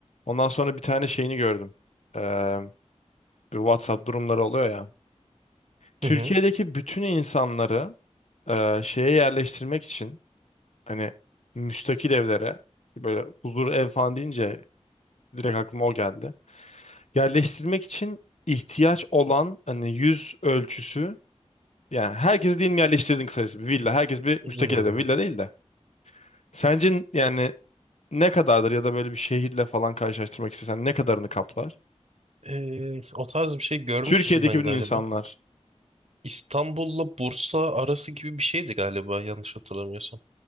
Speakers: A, on the left (about 70°); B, on the right (about 65°).
A: Ondan sonra bir tane şeyini gördüm. Ee, bir WhatsApp durumları oluyor ya. Türkiye'deki
B: Hı hı.
A: bütün insanları e, şeye yerleştirmek için hani müstakil evlere böyle huzur ev falan deyince direkt aklıma o geldi. Yerleştirmek için ihtiyaç olan hani yüz ölçüsü yani herkesi diyelim yerleştirdin kısacası bir villa. Herkes bir
B: İnanılmaz.
A: müstakil evde villa değil de. Sence yani ne kadardır ya da böyle bir şehirle falan karşılaştırmak istesen ne kadarını kaplar?
B: E, o tarz bir şey görmüştüm
A: Türkiye'deki
B: ben
A: bütün
B: galiba.
A: insanlar
B: İstanbul'la Bursa arası gibi bir şeydi galiba yanlış hatırlamıyorsam.